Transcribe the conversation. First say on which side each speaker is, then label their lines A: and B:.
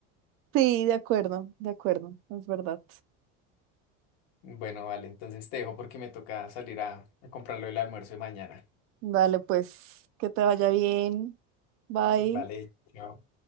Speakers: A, on the right; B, on the left.
A: Sí, de acuerdo, de acuerdo, es verdad.
B: Bueno, vale, entonces te dejo porque me toca salir a, a comprar lo del almuerzo de mañana.
A: Dale, pues, que te vaya bien. Bye.
B: Vale, chao.